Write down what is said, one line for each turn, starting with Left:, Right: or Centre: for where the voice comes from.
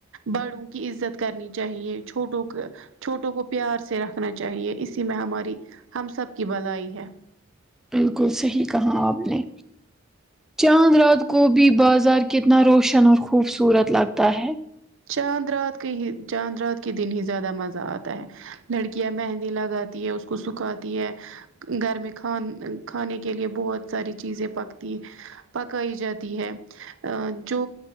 Right: بڑوں کی عزت کرنی چاہیے چھوٹوں کا چھوٹوں کو پیار سے رکھنا چاہیے اسی میں ہماری ہم سب کی بلائی ہے
Centre: بالکل صحیح کہا آپ نے چاند رات کو بھی بازار کتنا روشن اور خوبصورت لگتا ہے
Right: چاند رات کے ہی چاند رات کے دن ہی زیادہ مزہ آتا ہے لڑکیاں مہندی لگاتی ہے اس کو سکھاتی ہے گھر میں کھان کھانے کے لیے بہت ساری چیزیں پکتی ہیں پکائی جاتی ہے جو